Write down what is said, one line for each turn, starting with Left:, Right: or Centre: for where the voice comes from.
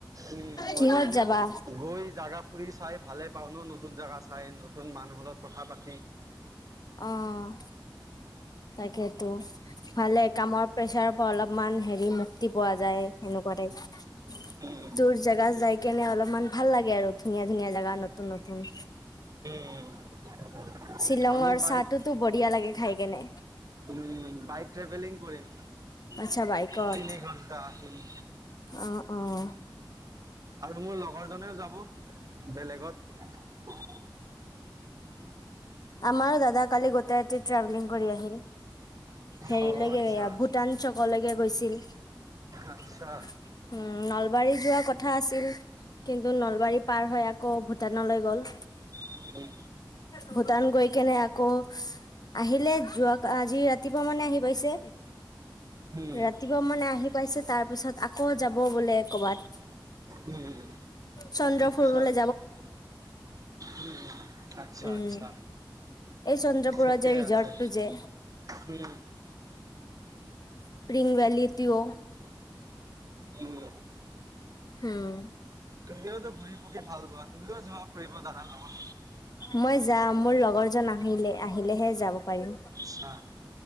Right: উম, মইতো
Left: কিহত
Right: এনেও
Left: যাবা
Right: গৈ জাগা ফুৰি চাই ভালে পাওঁ ন নতুন জাগা চাই নতুন মানুহ লগত কথা পাত
Left: অ', তাকেতো ভালে কামৰ প্ৰেচাৰৰ পৰা অলপমান হেৰি মুক্তি পোৱা যায় সেনেকুৱা <inaudible>
Right: উম,
Left: দূৰ জেগাত যাই কেনে অলপমান ভাল লাগে আৰু ধুনীয়া ধুনীয়া জাগা নতুন নতুন।
Right: উম।
Left: শ্বিলঙৰ
Right: আমি
Left: চাহটোতো
Right: বাইক
Left: বঢ়িয়া লাগে খাই কেনে,
Right: উম, বাইক ট্ৰেভেলিং কৰিম
Left: আচ্ছা বাইকত,
Right: তিনি ঘন্টা উম,
Left: অ', অ'। <inaudible>
Right: আৰু মোৰ লগৰ জনেও যাব। বেলেগত <inaudible>
Left: আমাৰো দাদা কালি গোটে ৰাতি ট্ৰেভেলিং কৰি আহিল। হেৰিলৈকে
Right: অ' আচ্ছা,
Left: এয়া ভূটান চকলৈকে গৈছিল,
Right: আচ্ছা।
Left: উম, নলবাৰী যোৱা কথা আছি কিন্তু নলবাৰী পাৰ হয় আ আকৌ ভূটানলৈ গ'ল।
Right: উম,
Left: ভূটান গৈ কেনে আকৌ আহিলে যোৱা আজি ৰাতিপুৱা মানে আহি পাইছে।
Right: উম,
Left: ৰাতিপুৱা মানে আহি পাইছে, তাৰ পিছত আকৌ যাব বোলে কবাত
Right: উম,
Left: চন্দ্ৰ
Right: আচ্ছা,
Left: ফুুৰবলৈ
Right: উম, আচ্ছা,
Left: উম,
Right: আচ্ছা
Left: এই চন্দ্ৰপুৰৰ
Right: ঠিকেই
Left: যে ৰিজৰ্টটো
Right: আছে,
Left: যে
Right: হুম।
Left: ৰিং ভেলিতিও।
Right: উম।
Left: হুম।
Right: তুমিওতো ঘূৰি পকি ভাল পোৱা তুমিও যোৱা ফুৰিব দাদাৰ লগত
Left: মই যাম মোৰ লগৰ জন আহিলে, আহিলেহে যাব পাৰিম,
Right: আচ্ছা